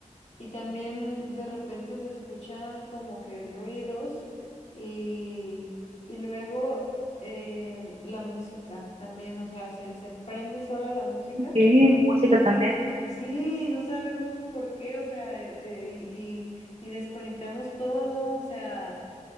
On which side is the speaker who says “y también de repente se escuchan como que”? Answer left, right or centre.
Left